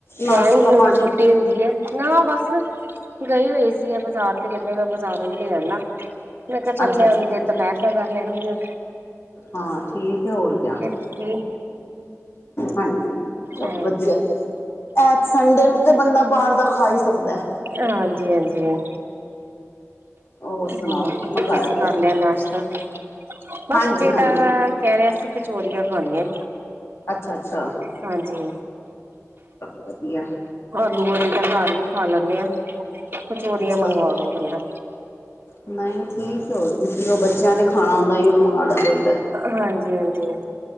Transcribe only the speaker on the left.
ਨਾਸ਼ਤਾ
ਪਾਣੀ?
ਅੱਛਾ-ਅੱਛਾ
ਹਾਂ ਠੀਕ ਏ, ਹੋਰ ਕਿਆ
ਹਾਂਜੀ। ਚਲੋ
ਵਧੀਆ ਐ, ਐਚ ਸੰਡੇ ਨੂੰ ਤੇ ਬੰਦਾ ਬਾਹਰ ਦਾ ਖਾ ਹੀ ਸਕਦਾ ਐ।
ਹੋਰ ਸੁਣਾਓ
ਕੀ ਮੰਗਾਇਆ
ਫੇਰ?
ਹਾਂਜੀ-ਹਾਂਜੀ
ਅੱਛਾ-ਅੱਛਾ
ਵਧੀਆ
ਅੱਛਾ।
ਨਹੀਂ ਠੀਕ ਹੋ ਤੁ ਉਹ ਬੱਚਿਆਂ ਨੇ ਖਾਣਾ ਹੁੰਦਾ ਉਹ ਮੰਗਵਾਉਣਾ ਚਾਹੀਦਾ।